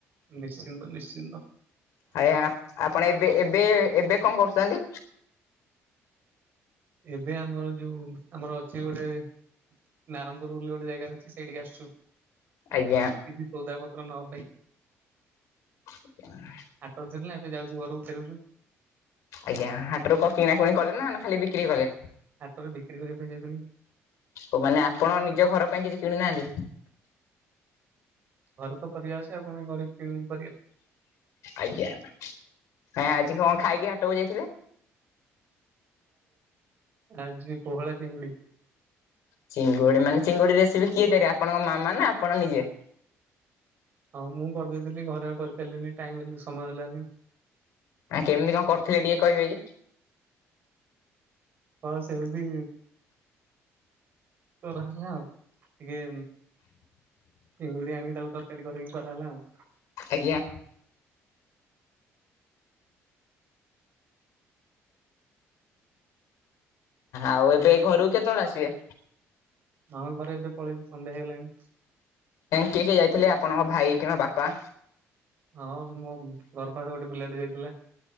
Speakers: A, on the right; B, on the left.
A: ନିଶ୍ଚିନ୍ତ ନିଶ୍ଚିନ୍ତ।
B: ଆଜ୍ଞା ଆପଣ ଏବେ ଏବେ ଏବେ କଣ କରୁଛନ୍ତି?
A: ଏବେ ଆମର ଯୋଉ ଆମର ଅଛି ଗୋଟେ ନାରମପୁର ବୋଲି ଗୋଟେ ଜାଗା ଅଛି ସେଇଠିକି ଆସୁଛୁ।
B: ଆଜ୍ଞା।
A: କିଛି ସୋଉଦା ପତ୍ର ନବା ପାଇଁ
B: ସେ <unintelligible>
A: ହାଟରେ ଥିଲିନା ଏବେ ଯାଉଛୁ ଘରକୁ ଫେରୁଛୁ।
B: ଆଜ୍ଞା। ହାଟରୁ କଣ କିଣା କୁଣି କଲେ ନା ଖାଲି ବିକ୍ରି କଲେ?
A: ହାଟରେ ବିକ୍ରି କରିବା ପାଇଁ ଯାଇଥିଲୁ।
B: ଓ ମାନେ ଆପଣ ନିଜ ଘର ପାଇଁ କିଛି କିଣିନାହାନ୍ତି?
A: ଘରେ ତ ପରିବା ଅଛି ଆଉ କଣ ପାଇଁ ଘରେ କିଣିବୁ ପରିବା।
B: ଆଜ୍ଞା କାଇଁ ଆଜି କଣ ଖାଇକି ହାଟକୁ ଯାଇଥିଲେ?
A: ଆଜି ପୋହଳା ଚିଙ୍ଗୁଡି।
B: ଚିଙ୍ଗୁଡି ମାନେ ଚିଙ୍ଗୁଡି ରେସିପି କିଏ ତିଆରି ଆପଣଙ୍କ ମାମା ନା ଆପଣ ନିଜେ?
A: ହଁ ମୁଁ କରିଦେଇଥିଲି ଘରେ ଆଉ କରିପାରିଲିନି ଟାଇମ ହେଲ୍ ସମୟ ହେଲାନି।
B: ଆ କେମିତି କଣ କରିଥିଲେ ଟିକେ କହିବେକି?
A: ହଁ ସେମିତି କରାହେଲା ଆଉ ଟିକେ ଚିଙ୍ଗୁଡି ଆଣିକି ତାକୁ ତରକାରୀ କରିକି କରାହେଲା ଆଉ।
B: ଆଜ୍ଞା। ଆଉ ଏବେ ଘରକୁ କେତେବେଳେ ଆସିବେ?
A: ହଁ ଘରେ ଏବେ ପଳେଇବୁ ସନ୍ଧ୍ୟା ହେଇଗଲାଣି।
B: କାଇଁ କିଏ କିଏ ଯାଇଥିଲେ ଆପଣଙ୍କ ଭାଇ କିମ୍ବା ବାପା?
A: ହଁ ମୋ ଘର ପାଖରେ ଗୋଟେ ପିଲାଟେ ଯାଇଥିଲା।